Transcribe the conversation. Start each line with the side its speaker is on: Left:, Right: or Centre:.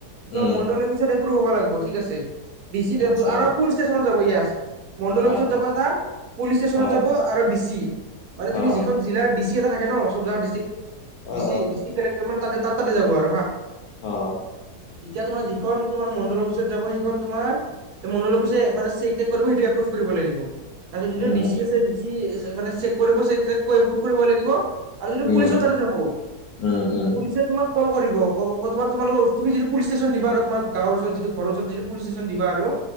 Left: উম
Right: চ' মণ্ডল অফিচত। পূৰফ হ'ব লাগিব। ঠিক আছে ডি চি
Left: আচ্ছা
Right: ষ্টেচনত যাবয়। মণ্ডল অফিচত
Left: অ
Right: যাব এটা পুলিচ ষ্টেচনত
Left: অ
Right: যাব আৰু ডিচি মানে তুমি
Left: অ
Right: যিখন জিলাৰ ডি চি এটা থাকে ন' চব জাগাত ডিষ্ট্ৰিক, ডি
Left: অ অ
Right: চি ডিষ্ট্ৰিক কালেকটৰ মানে তাৰ তাতে যাব আৰু।
Left: আহ
Right: তেতিয়া তোমাৰ যিখন তোমাৰ মণ্ডল অফিচত যাব সেইখন তোমাৰ। মণ্ডল অফিছে মানে চেক টেক কৰিব সেইটো এপ্ৰুভ কৰিব লাগিব। তাৰিছত যিটো
Left: উম
Right: ডিচি আছে ডি চি মানে চেক কৰিব চেক কৰোঁ বুক কৰিব লাগিব। আৰু যদিটো
Left: উম
Right: পুলিচৰ তাতে যাব
Left: উম উম উম
Right: পুলিচে তোমাক কল কৰিব ক তোমাৰ তোমোকৰ তুমি পুলিচ ষ্টেচন দা তোমাৰ গাঁৰ চৰত যিটোৰ চৰত যিটোুলি ষ্টেচন দিবা আৰু